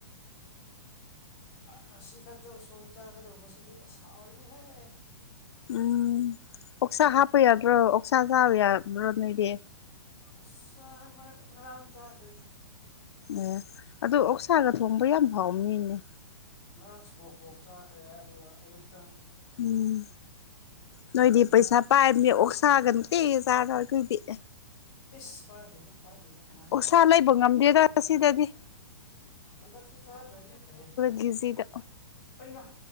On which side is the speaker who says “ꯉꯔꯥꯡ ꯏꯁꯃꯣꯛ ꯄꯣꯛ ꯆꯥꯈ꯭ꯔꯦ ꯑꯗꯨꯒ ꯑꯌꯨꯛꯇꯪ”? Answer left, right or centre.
Left